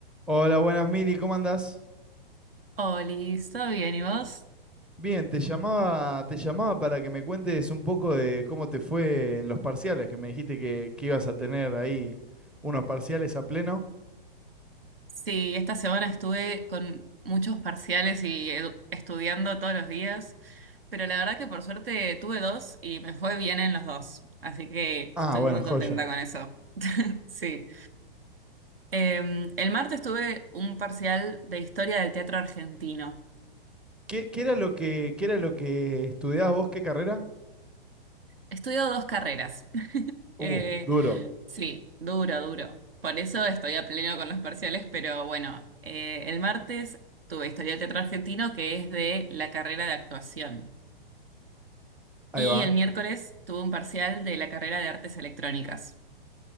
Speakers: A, in the centre; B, on the right.
A: Hola, buenas Mili, ¿cómo andás?
B: Oli, ¿todo bien? ¿Y vos?
A: Bien, te llamaba, te llamaba para que me cuentes un poco de cómo te fue en los parciales, que me dijiste que, que ibas a tener ahí unos parciales a pleno.
B: Sí, esta semana estuve con muchos parciales y edu- estudiando todos los días, pero la verdad que por suerte tuve dos y me fue bien en los dos, así que
A: Ah,
B: estoy
A: bueno,
B: muy
A: joya.
B: contenta con eso. <laughs> Sí. Eh, el martes tuve un parcial de historia del teatro argentino.
A: ¿Qué, qué era lo que, qué era lo que estudiabas vos? ¿Qué carrera?
B: Estudio dos carreras. <laughs>
A: Uh,
B: Eh,
A: duro.
B: Sí, duro, duro. Por eso estoy a pleno con los parciales, pero bueno, eh, el martes tuve Historia del Teatro Argentino, que es de la carrera de actuación.
A: Ahí
B: Y
A: va.
B: el miércoles tuve un parcial de la carrera de Artes Electrónicas.